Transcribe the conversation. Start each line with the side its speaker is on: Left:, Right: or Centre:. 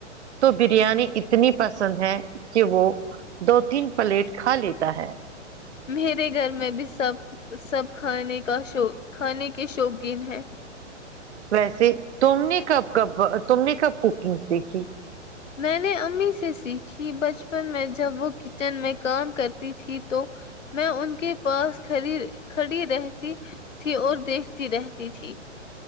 Right: تو بریانی اتنی پسند ہے کہ وہ دو تین پلیٹ کھا لیتا ہے
Left: میرے گھر میں بھی سب سب کھانے کا شو کھانے کے شوقین ہیں
Right: ویسے تم نے کب کب تم نے کب کوکنگ سیکھی
Left: میں نے امی سے سیکھی بچپن میں جب وہ کچن میں کام کرتی تھی تو میں ان کے پاس کھڑی رہتی تھی اور دیکھتی رہتی تھی